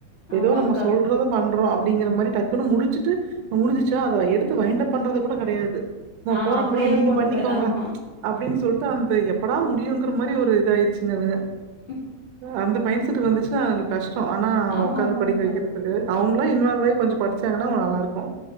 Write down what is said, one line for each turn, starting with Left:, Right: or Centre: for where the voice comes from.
Left: ஆமாங்க்கா.
Right: ஏதோ நம்ம சொல் சொல்றத பண்றோ அப்புடிங்கற மாரி டக்குன்னு முடிச்சுட்டு முடிஞ்சிச்சா அத எடுத்து வய்ண்டப் பண்றது கூட கெடையாது நா
Left: ஆ
Right: போற
Left: அப்படியே
Right: போற நீங்க
Left: போட்டு
Right: பண்ணிக்கோங்க
Left: போயிரு ஆமா,
Right: அப்டின்னு சொல்ட்டு அந்த எப்படா முடியுங்கற மாரி ஒரு இது ஆயிருச்சுங்க அது
Left: ம்
Right: அந்த மைண்ட் செட் வந்துச்சுன்னா அது அவங்ளுக்கு கஷ்டோ ஆனா அவ
Left: ஆமா,
Right: உட்காந்து
Left: ஆமாங்க்கா.
Right: படிக்க வைக்கிறது க்கு அவங்களா இன்வால்வ் ஆகி கொஞ்சோ படிச்சாங்கன்னா அவங்க நல்லா இருக்கு